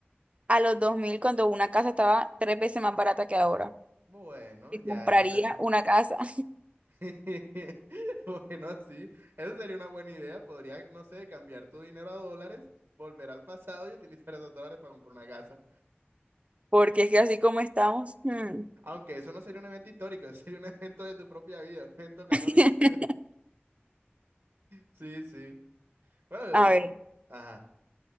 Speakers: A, on the right (about 30°); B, on the right (about 75°).
A: a los 2000 cuando una casa estaba tres veces más barata que ahora.
B: Bueno,
A: Y
B: ya
A: compraría
B: eso sería.
A: una casa, <laughs>
B: <laughs> Bueno, sí, eso sería una buena idea. Podría, no sé, cambiar tu dinero a dólares, volver al pasado y utilizar esos dólares para comprar una casa.
A: porque es que así como estamos. hmm.
B: Aunque eso no sería un evento histórico, <laughs> eso sería un evento de tu propia vida, un evento canónico.
A: <laughs>
B: <laughs> Sí, sí. Bueno,
A: A ver,
B: ajá,